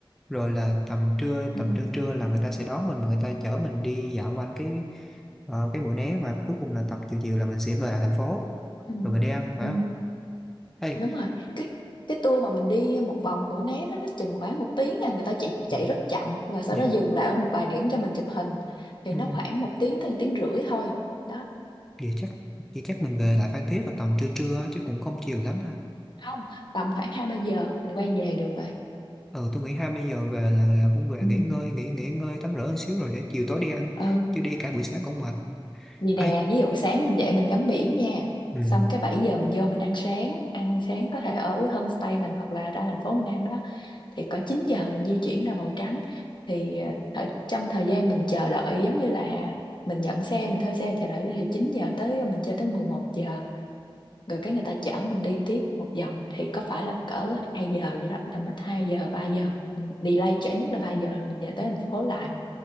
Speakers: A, in the centre; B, on the left.
A: rồi là tầm trưa
B: ừ
A: tầm trưa trưa là người ta sẽ đón mình và người ta chở mình đi dạo quanh cái ờ, cái Mũi Né và cuối cùng là tập chiều chiều là mình sẽ về lại thành phố
B: ừ
A: rồi mình đi ăn phải
B: ừ
A: không hay
B: đúng rồi cái cái tour mà mình đi một vòng Mũi Né đó nó chừng khoảng một tiếng à người ta chỉ chạy
A: ừ,
B: rất chậm và sau
A: vậy,
B: đó dừng lại ở một vài điểm cho mình chụp hình thì
A: ừ,
B: nó khoảng một tiếng tới một tiếng rưỡi thôi đó
A: vậy chắc vậy chắc mình về lại Phan Thiết là tầm trưa trưa á, chứ cũng không chiều lắm à.
B: không tầm khoảng hai ba giờ mình quay về được rồi
A: ừ tôi nghĩ 20 giờ về là là cũng về
B: ừ.
A: nghỉ ngơi nghỉ nghỉ ngơi tắm rửa một xíu rồi để chiều tối đi ăn
B: ừ
A: chứ đi cả buổi sáng cũng mệt
B: vì nè
A: ai
B: ví dụ sáng mình dậy mình ngắm biển nha
A: ừ
B: xong cái 7 giờ mình vô mình ăn sáng ăn sáng có thể ở homestay mình hoặc là ra thành phố mình ăn đó thì có 9 giờ mình di chuyển ra màu trắng thì ở trong thời gian mình chờ đợi giống như là mình nhận xe mình thuê xe chờ đợi thì 9 giờ tới mình chơi tới mười một giờ rồi cái người ta chở mình đi tiếp một vòng thì có phải là cỡ 2 giờ vậy đó là mình 2 giờ ba giờ mình delay trễ nhất là 3 giờ là mình về tới thành phố lại